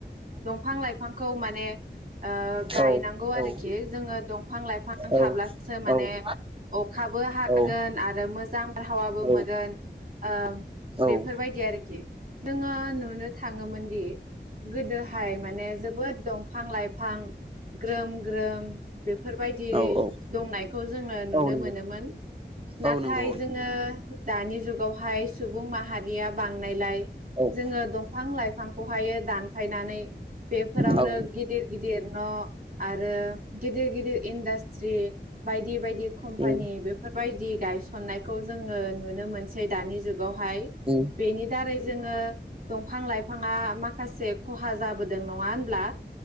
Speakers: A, on the right; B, on the right.
A: दंफां लाइ खौ माने ओ गायनांगौ
B: औ औ
A: आरोखि जोङो दंफां लाइफां थाब्लासो
B: औ
A: माने
B: औ
A: अखाबो हागोन
B: औ
A: आरो मोजां बारहावाबो
B: औ
A: मोनगोन ओ
B: औ
A: बेफोरबायदि आरोखि नोङो नुनो थाङोमोन दि गोदोहाय माने जोबोद दफां-लाइफां ग्रोम ग्रोम बेफोरबायदि
B: औ
A: दंनायखौ जोङो नुनो
B: औ
A: मोनो
B: नंगौ
A: मोन नाथाय
B: औ नंगौ
A: जोङो दानि जुगावहाय सुबुं माहारिया बांनायलाय
B: औ
A: जोङो दंफां लाइ फांखौहायो दानफायनानै बेफोरावनो
B: औ
A: गिदिर गिदिर न' आरो गिदिर गिदिर इन्डास्ट्रि बाय बायदि बायदि कम्पानि
B: उम
A: बेफोरबायदि गायसननायखौ जोङो नुनो मोनसै दानि जुग गावहाय
B: उम
A: बेनि दारै जोङो दंफां लाइफाङा माखासे खहा जाबो दों नङा होनब्ला?